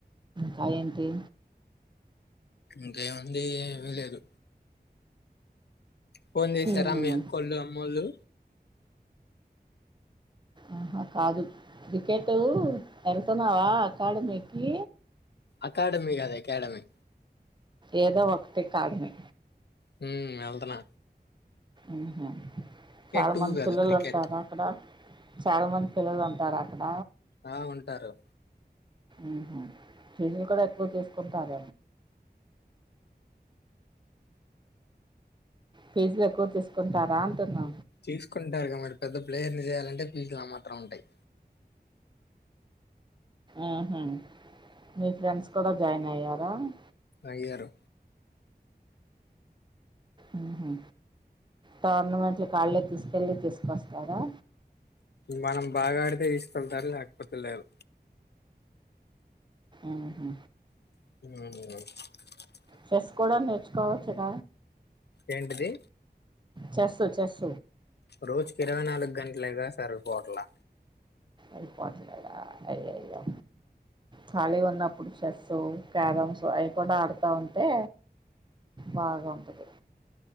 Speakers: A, on the right (about 30°); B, on the left (about 80°).
A: రాయంటే
B: ఇంకా ఏముంది ఏమి లేదు ఫోన్ చేసార
A: మ్మ్.
B: మీ అక్కోళ్ళు అమ్మోళ్ళు
A: ఆహా కాదు క్రికెట్ ఎరసన ఆ అకాడమీకి
B: అకాడమి గదె అకాడమి
A: ఏదో ఒకటి కాదుమి
B: హు వెళ్తనా
A: ఆహా చాలా
B: టూ
A: మంది
B: కాదు
A: పిల్లలు
B: క్రికెట్
A: ఉంటార అక్కడ చాలా మంది పిల్లలు ఉంటార అక్కడ
B: ఆ ఉంటారు
A: ఉహూ ఫీజులు కూడా ఎక్కువ తీసుకుంటార ఫీజులు ఎక్కువ తీసుకుంటారా అంటున్నా
B: తీసుకుంటారుగా మరి పెద్ద ప్లేయర్ని చేయాలంటే ఫీజులు ఆ మాత్రం ఉంటాయి
A: ఆహ మీ ఫ్రెండ్స్ కూడా జాయిన్ అయ్యా ఆ హ
B: అయ్యారు
A: ఉమ్ హు టోర్నమెంట్ల కాళ్ళే తీసుకెళ్ళి తీసుకొస్తారా
B: మనం బాగా ఆడితే తీసుకెళ్తారు లేకపోతే లేదు
A: ఆహు
B: హ
A: చెస్ కూడా నేర్చుకోవచ్చుగ
B: ఏంటిది
A: చెస్తు చెస్
B: రోజుకి ఇరవై నాలుగు గంటలేగా సరిపోట్లా
A: అయిపోవట్లేద అయ అయో ఖాళీ ఉన్నప్పుడు చెస్సు క్యారమ్స్ అవి కూడా ఆడుతూ ఉంటే బాగా ఉంటది